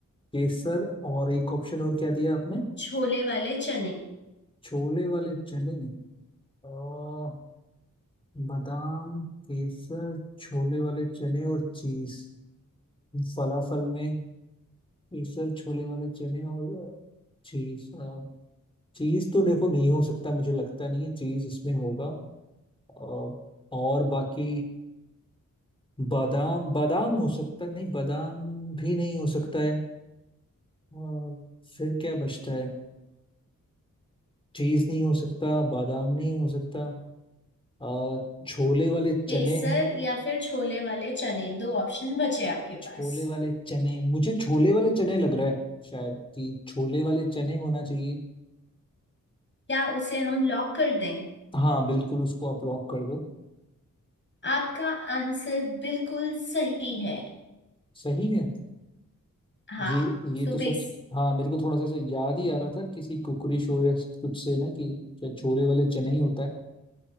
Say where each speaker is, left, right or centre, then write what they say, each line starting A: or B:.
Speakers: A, on the left (about 15°); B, on the left (about 35°).
A: केसर और एक ऑप्शन और क्या दिया आपने
B: छोले वाले चने
A: छोले वाले चने और बादाम केसर छोले वाले चने और चीज फलाफल में केसर छोले वाले चने और चीज चीज तो देखो नहीं हो सकता मुझे लगता नहीं है चीज इसमें होगा और और बाकी बादाम बादाम हो सकता है नहीं बादाम भी नहीं हो सकता है और फिर क्या बचता है चीज नहीं हो सकता बादाम नहीं हो सकता अ, छोले वाले
B: केसर
A: चने हैं
B: या फिर छोले वाले चने दो ऑप्शन बचे आपके
A: छोले
B: पास
A: वाले चने मुझे छोले वाले चने लग रहा है शायद कि छोले वाले चने होना चाहिए
B: क्या उसे हम लॉक कर दें
A: हाँ बिल्कुल उसको आप लॉक कर दो
B: आपका आंसर बिल्कुल सही है
A: सही है
B: हाँ
A: ये ये
B: So
A: तो
B: base
A: सच हाँ मेरे को थोड़ा सा ऐसे याद ही आ रहा था किसी कुकरी शो या कुछ से ना कि शायद छोले वाले चने ही होता है